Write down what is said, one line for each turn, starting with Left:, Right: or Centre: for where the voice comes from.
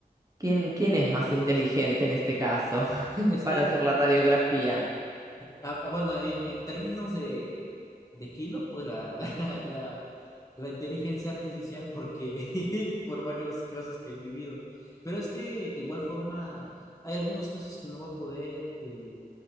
Right: ¿Quién, quién es más inteligente en este caso <laughs>
Left: Es
Right: para
Left: que
Right: hacer la radiografía?
Left: Ah, ah, bueno, en, en términos de, de kilo, pues la, <laughs> la, la- la inteligencia artificial, porque <laughs> por varios casos que he vivido. Pero es que de igual forma, hay algunos casos que no va a poder el,